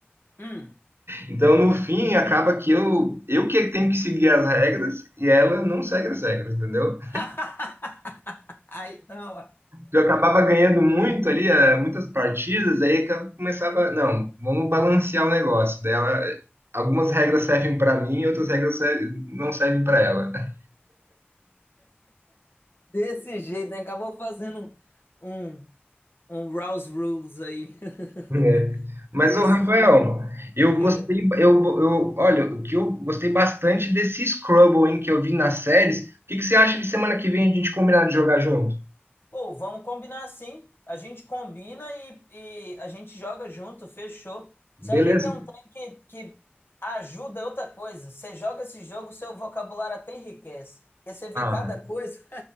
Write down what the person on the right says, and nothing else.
Então, no fim, acaba que eu, eu que tenho que seguir as regras e ela não segue as regras, entendeu?
eu acabava ganhando muito ali, eh, muitas partidas, aí que eu começava, não, vamos balancear o negócio dela. Algumas regras servem para mim, outras regras servem- não servem para ela. <laughs>
É. Mas
o Rafael,
eu
gostei, eu, eu, olha, o que eu gostei bastante desse Scrabble, hein, que eu vi nas séries. O que que você acha de semana que vem a gente combinar de jogar junto?
Beleza?
Ah,